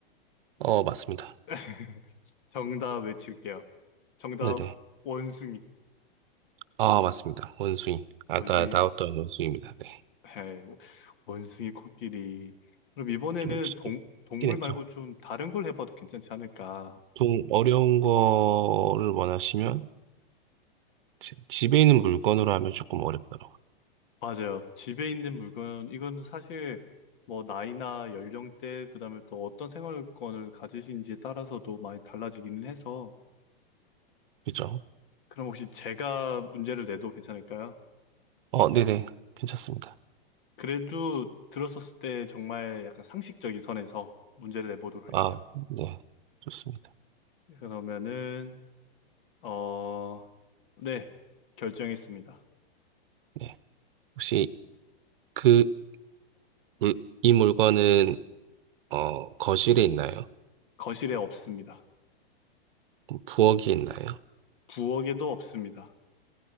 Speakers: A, on the right; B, on the left.
A: 어, 맞습니다.
B: <laughs> 정답 외칠게요. 정답
A: 네네.
B: 원숭이.
A: 아, 맞습니다. 원숭이. 아까
B: 원숭이
A: 나왔던 원숭이입니다. 네.
B: 해. 원숭이 코끼리. 그럼 이번에는
A: 좀 쉽긴
B: 동, 동물
A: 쉽긴 했죠.
B: 말고 좀 다른 걸 해봐도 괜찮지 않을까?
A: 보통 어려운 거를 원하시면 지- 집에 있는 물건으로 하면 조금 어렵더라고요.
B: 맞아요. 집에 있는 물건 이건 사실 뭐 나이나 연령대 그다음에 또 어떤 생활권을 가지신지에 따라서도 많이 달라지기는 해서
A: 그죠?
B: 그럼 혹시 제가 문제를 내도 괜찮을까요?
A: 어, 네네. 괜찮습니다.
B: 그래도 들었었을 때 정말 약간 상식적인 선에서 문제를 내보도록 할게요.
A: 아, 네. 좋습니다.
B: 그러면은 어, 네, 결정했습니다.
A: 네. 혹시 그, 물- 이 물건은, 어, 거실에 있나요?
B: 거실에 없습니다.
A: 부엌에 있나요?
B: 부엌에도 없습니다.